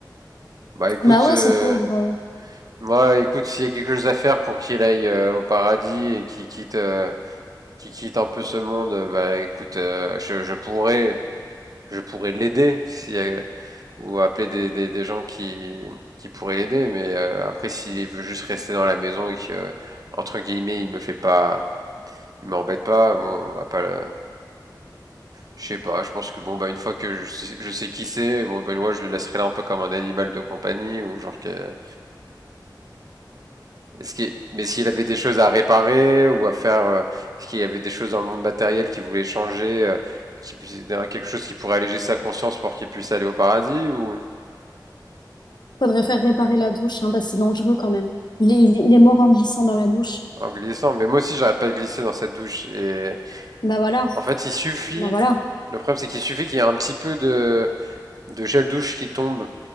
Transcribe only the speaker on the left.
Bah ouais,
ce pauvre. euh,
Faudrait faire réparer la douche, hein, parce que c'est dangereux quand même. Il est, il est il est mort en glissant dans la douche.
Bah voilà,
bah voilà.